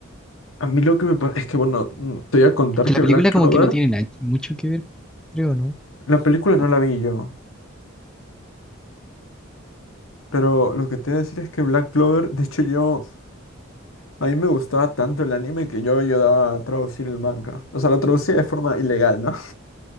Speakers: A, on the left; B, in the centre.
A: A mí lo que me pasa es que, bueno, mm, te voy a contar
B: Que
A: que
B: la película
A: Black Clover,
B: como que no tiene na- mucho que ver, creo, ¿no?
A: la película no
B: No,
A: la vi yo, pero lo que te voy a decir es que Black Clover, de hecho yo, a mí me gustaba tanto el anime que yo ayudaba a traducir el manga. O sea, lo traducía de forma ilegal, ¿no?